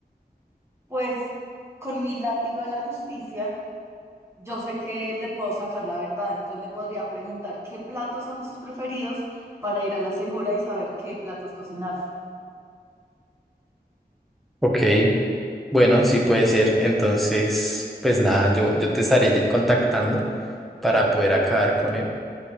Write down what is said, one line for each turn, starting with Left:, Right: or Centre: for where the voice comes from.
Right: Pues con mi látigo de la justicia. yo sé que le puedo sacar la verdad, entonces le podría preguntar qué platos son sus preferidos para ir a la segura y saber qué platos cocinar.
Centre: Ok. Bueno, sí puede ser. Entonces, pues nada, yo, yo te estaré ye- contactando para poder acabar con él,